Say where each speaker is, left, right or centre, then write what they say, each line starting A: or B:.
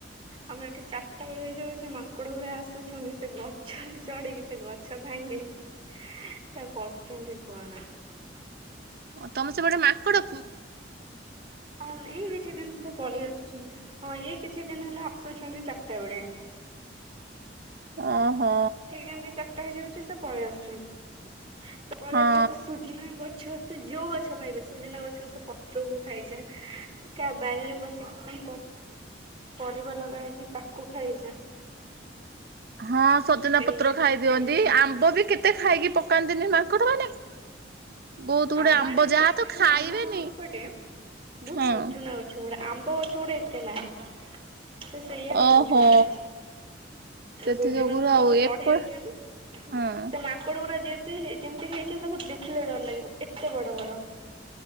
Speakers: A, on the right; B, on the right.
A: ଆମର ଏଠି ଚାରିଟା ବେଳେ ହେଇଯାଉଛି ମାଙ୍କଡ ଗୁଡା ଆସୁଛନ୍ତି ସେ ଗଛରେ ଚଢିକି ସେ ଗଛ ଭାଙ୍ଗି। ଯାହା କରୁଛନ୍ତି କୁହନା।
B: ଓ ତମର ସେପଟେ ମାଙ୍କଡ ପୁ
A: ଅମ ଏଇ କିଛି ଦିନ ତ ପଳେଇ ଆସୁ ହଁ ଏଇ କିଛି ଦିନ ହେଲା ଆସୁଛନ୍ତି ଚାରିଟା ବେଳେ।
B: ଓହୋ।
A: ଠିକ ଯେମିତି ଚାରିଟା ହେଇଯାଉଛି ସେ ପଳେଇ ଆସୁଛନ୍ତି ସେ ପଳେଇ
B: ହଁ
A: ଆସି ସେ ସୂଜିନା ଗଛ ସେ ଯୋଉ ଗଛ ପାଇବେ ସୁଜିନା ଗଛ ସେ ପ ପତ୍ରକୁ ଖାଇଯାଏ କାହା ବାରିରେ ପଶି ପାଇଁ ପରିବା ଲଗା ହେଇଛି ତାକୁ ଖାଇଯାଏ।
B: ହଁ ସଜନା ପତ୍ର
A: ଏଇଆ
B: ଖାଇ
A: ସବୁ
B: ଦିଅନ୍ତି
A: କରୁଛନ୍ତି
B: ଆମ୍ବ ବି କେତେ ଖାଇକି ପକାନ୍ତିନି ମାଙ୍କଡ ମାନେ। ବହୁତ ଗୁଡେ
A: ଆମର
B: ଆମ୍ବ
A: ଏତେ
B: ଯାହା ତ ଖାଇବେନି
A: ଆମପଟେ ବହୁତ
B: ହଁ
A: ସୂର୍ଯ୍ୟନା ଗ ଛଗୁଡା ଆମ୍ବ ଗଛଗୁଡା ଏତେ ନାହିଁ ସେ ସେଇଆ
B: ଓହୋ
A: କରୁଛନ୍ତି।
B: ସେଥି
A: ସୁଜୁନା
B: ଯୋଗୁରୁ
A: ଗଛକୁ
B: ଆଉ
A: ଚଢି
B: ଏପଟ
A: ଯାଉଛନ୍ତି
B: ହଁ
A: ସେ ମାଙ୍କ କଡ ପା ଯେତେ ଯେମିତି ହେଇଛନ୍ତି ତାଙ୍କୁ ଦେଖିଲେ ଡର ଲାଗିବ ଏତେ ବଡ ବଡ